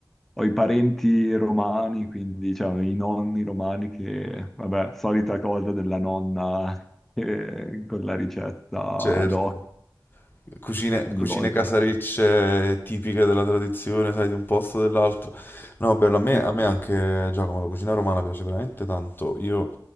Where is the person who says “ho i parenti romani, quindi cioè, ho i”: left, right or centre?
Centre